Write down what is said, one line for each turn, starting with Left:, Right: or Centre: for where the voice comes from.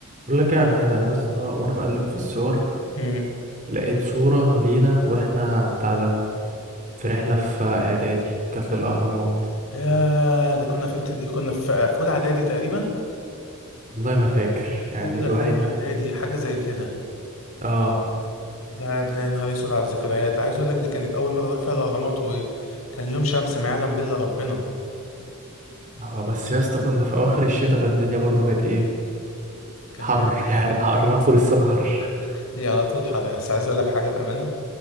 Right: بقول لك ايه يا عماد انا يا اسطى وانا بقلب في الصور
Left: امم
Right: لقيت صورة لينا واحنا بتاع ده في رحلة في اعدادي كانت للاهرامات
Left: يا ده كنا في بتد... كنا في في اولى اعدادي تقريبا
Right: والله ما فاكر يعني
Left: اولى
Right: الواحد
Left: ثانيه اعدادي حاجه زي كده
Right: اه
Left: ده ده يا نهار اسود على الذكريات عايز اقول لك دي كانت اول مره اروح فيها الاهرامات وكان يوم شمس ما يعلم بالله ربنا
Right: اه بس يا اسطى كنا في اواخر الشتاء فالدنيا برضو كانت ايه
Left: كانت
Right: حر <laughs> يعني الاهرامات طول السنة حر
Left: لي على طول حر بس عايز اقول لك حاجه بامانه